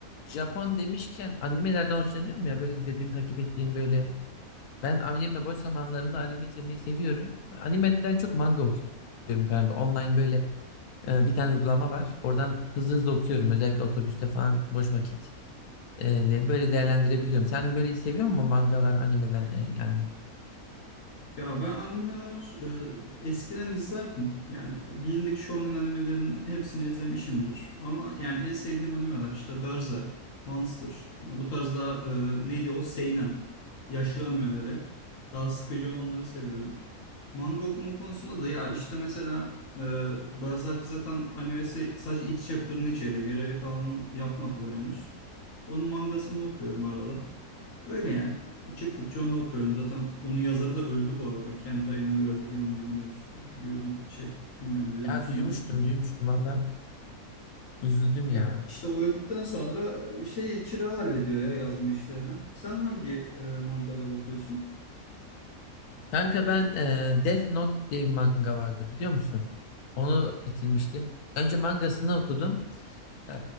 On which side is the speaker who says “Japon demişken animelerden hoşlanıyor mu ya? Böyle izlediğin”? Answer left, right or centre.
Left